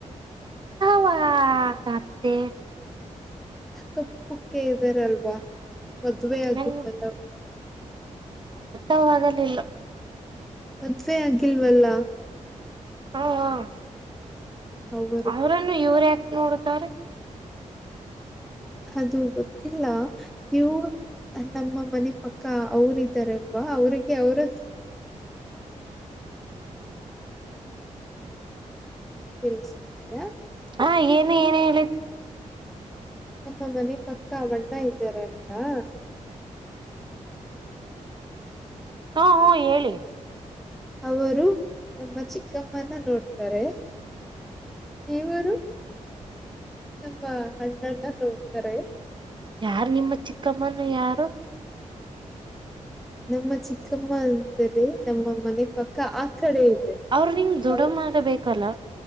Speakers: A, on the right (about 35°); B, in the centre.
A: ಆ ಕೆ
B: ಹ ಕುುಕ್ಕ ಇದ್ದಾರಲ್ವಾ ಮದ್ುವೆ ಆಗಿಲ್ವಲ್ಲ
A: ನಂಗ ಇವಾಗಲಿಲ್ಲ
B: ಮದ್ವೆೆ ಅಗಲ್ ವಲ್ಲಾ
A: ಹ
B: ಅವರು
A: ಅವ್ರನ್ನು ಇವ್ರ ಯಾಕ ನೋಡತವ್ರ
B: ಅದು ಗೊತ್ತಿಲ್ಲ ಇವು ನಮ್ಮ ಮನೆ ಪಕ್ಕ ಅವರ ಇದ್ದಾರಲ್ವಾ ಅವ್ರಿಗೆ ಅವರ
A: ಇಸ್ಲಾಮಬಾದ
B: ತಿಳಿಸಯ
A: ಹಾ ಏನು ಏನ ಹೇಳಿದ
B: ನಮ್ಮ ಮನೆ ಪಕ್ಕ ಬಣ್ಣ ಇದ್ದಾರಲ್ವಾ
A: ಹಾ ಹ್ಮ ಹೇಳಿ
B: ಅವರು ನಮ್ಮ ಚಿಕ್ಕಮ್ಮನ ನೋಡ್ತಾರೆ ಇವರು ನಮ್ಮ ಹಣ್ಣಣ್ಣ ನೋಡ್ತಾರೆ
A: ಯಾರ್ ನಿಮ್ಮ ಚಿಕ್ಕಮ್ಮನ ಯಾರು
B: ನಮ್ಮ ಚಿಕ್ಕಮ್ಮ ಅಂದರೆ ನಮ್ಮ ಮನೆ ಪಕ್ಕ ಆ ಕಡೆ ಇದೆ
A: ಅವ್ರ ನಿಂಗ ದದುಡ್
B: ಅವ
A: ಆಗಬೇಕಲ್ಲ